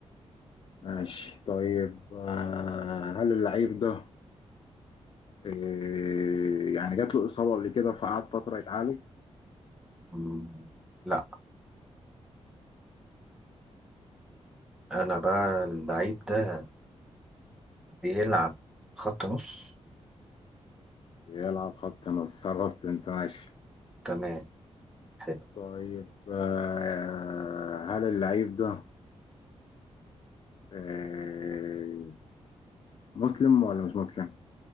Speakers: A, on the left; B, in the centre.
A: ماشي طيب آه، هل اللعيب ده إيه يعني جات له إصابة قبل كده فقعد فترة يتعالج
B: مم، لا انا بقى اللعيب ده بيلعب خط نص
A: بيلعب خط نص صرفت أنت ماشي
B: تمام حلو
A: طيب آه هل اللعيب ده آه مسلم ولا مش مسلم؟